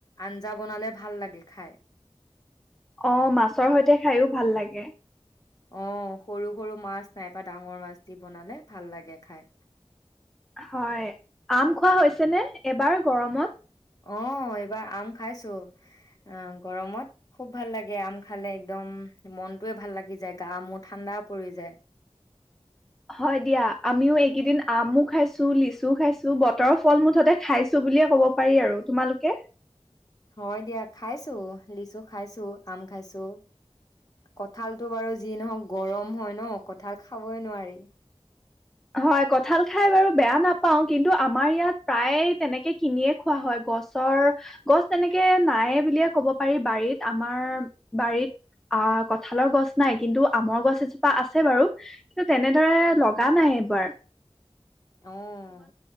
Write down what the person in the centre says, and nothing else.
অ' মাছৰ সৈতে খায়ো ভাল লাগে।
হয়, আম খোৱা হৈছে নে, এইবাৰ গৰমত?
হয় দিয়া, আমিও এইকেইদিন আমো খাইছোঁ, লিচুও খাইছোঁ, বতৰৰ ফল মুঠতে খাইছোঁ বুলিয়ে ক'ব পাৰি আৰু তোমালোকে?
হয়, কঠাল খাই বাৰু বেয়া নাপাওঁ, কিন্তু আমাৰ ইয়াত প্ৰায়ে তেনেকে কিনিয়ে খোৱা হয়। গছৰ, গছ তেনেকে নাইয়ে বুলিয়ে ক'ব পাৰি বাৰিত। আমাৰ বাৰিত, আ, কঠালৰ গছ নাই, কিন্তু আমৰ গছ এজোপা আছে বাৰু কিন্তু তেনেদৰে লগা নাই। বাৰ